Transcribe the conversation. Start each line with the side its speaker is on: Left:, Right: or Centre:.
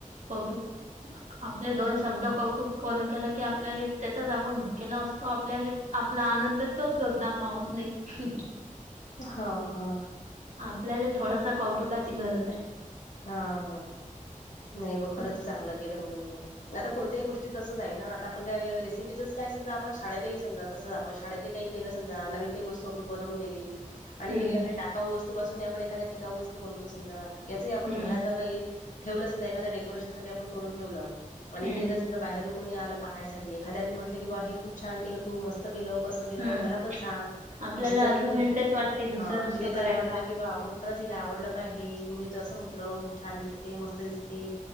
Right: कौतुक आपले दोन शब्द कौतुक कोण केलं की आपल्याला त्याचाच आपण भुकेला असतो आपल्याला आपला आनंद तोच गगनात मावत नाही
Left: हा हा
Right: आपल्याला थोडासा कौतुकाची गरज आहे
Left: हा हा नाही ब खरं
Right: हम्म
Left: तू चांगलं केलं म्हणून हे आता कोणत्याही गोष्टी तसच आहे ना आता आपण काय रेसिपी काय समजा आपण शाळेतही समजा तसं आपण शाळेतही का के समजा नवीन काही वस्तू आपण बनवून नेली आणि
Right: हम्म
Left: हे टाकावू वस्तू वस्तू पासून आपण एखाद्या टिकावू वस्तू बनवतो समजा याच आपण
Right: हम्म
Left: घरात जर काही ठेवलं समजा एखाद्या डेकोरेशनसाठी आपण करून ठेवलं आणि
Right: हम्म
Left: ते जर समजा बाहेरून कोणी आलं पाहायसाठी एखाद्यानी म्हटलं की बा हे खूप छान केलं तू मस्त केलं कसं
Right: हम्म
Left: मला पण सांग
Right: आपल्याला
Left: अस जर
Right: अजून
Left: त
Right: इंटरेस्ट वाटते दुसरं
Left: ह
Right: दुसरं
Left: तिने
Right: करायचा.
Left: जर म्हटलं की बा आप खरंच हिला आवडलं काय आहे हिने तर असं म्हटलं खूप छान दिसते मस्त दिसते